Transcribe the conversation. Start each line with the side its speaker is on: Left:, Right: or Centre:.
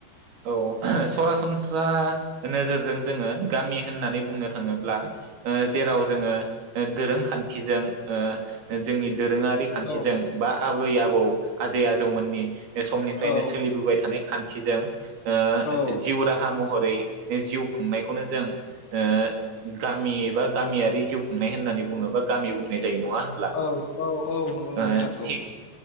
Right: औ सरासनस्रा नोजोरजों जोङो गामि होननानै बुंनो थाङोब्ला जेराव जोङो दोरोंखान्थिजों जोंनि दोरोङारि खान्थिजों
Left: औ
Right: बा आबै-आबौ, आजै-आजौमोननि बे समनिफ्रायनो
Left: औ
Right: सोलिबोबाय थानाय खान्थिजों ओ
Left: औ
Right: जिउ राहा महर महरै जिउ खुंनायखौनो जों ओ गामि एबा गामियारि जिउ खुंनाय होननानै बुङोबा गामि बुंनाय। जायो नङा होनब्ला
Left: औ औ औ नंगौ नंगौ
Right: ओ
Left: नोंथां
Right: थिग